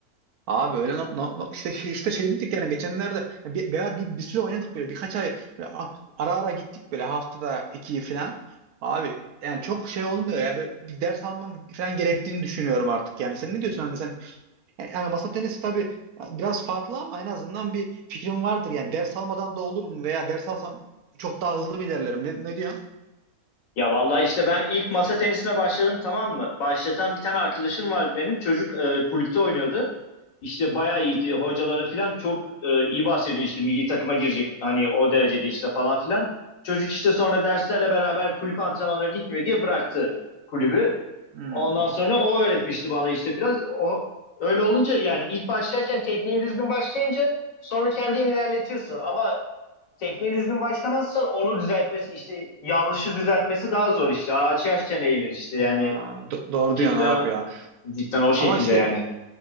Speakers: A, on the right (about 75°); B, on the left (about 65°).
A: Abi öyle no, no- no- işte şey, işte şey dedik yani geçenlerde ya bir, bir, bir, bir süre oynadık böyle birkaç ay böyle a- ara ara gittik böyle haftada iki falan. Abi yani çok şey olmuyor ya Böyle bir ders almam falan gerektiğini düşünüyorum artık yani. Sen ne diyorsun? Hani sen Yani yani masa tenisi tabii e, biraz farklı ama en azından bir fikrim vardır. Yani ders almadan da olur mu veya ders alsam çok daha hızlı mı ilerlerim? Ne, ne diyor?
B: Ya vallahi işte ben ilk masa tenisine başladım tamam mı? Başlatan bir tane arkadaşım vardı benim. Çocuk e, kulüpte oynuyordu. İşte bayağı
A: Evet.
B: iyiydi. Hocaları falan çok e, iyi bahsediyor işte milli takıma girecek. Hani o derecede işte falan filan. Çocuk işte sonra derslerle beraber kulüp antrenmanları gitmiyor diye bıraktı kulübü.
A: Hmm.
B: Ondan sonra o öğretmişti bana işte biraz. O öyle olunca yani ilk başlarken tekniğin düzgün başlayınca sonra kendin ilerletiyorsun. Ama tekniği düzgün başlamazsan onu düzeltmesi işte yanlışı düzeltmesi daha zor işte. Ağaç yaşça eğilir işte yani
A: Aa, do- doğru
B: cidden
A: diyorsun abi ya.
B: cidden o şekilde
A: Ama işte
B: yani.